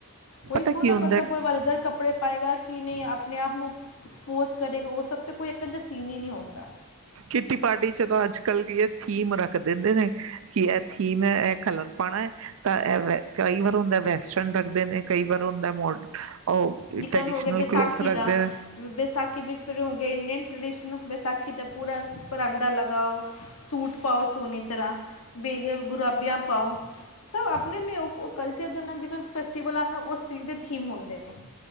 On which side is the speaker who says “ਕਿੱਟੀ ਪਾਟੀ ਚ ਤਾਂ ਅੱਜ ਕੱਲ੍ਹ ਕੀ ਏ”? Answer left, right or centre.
Right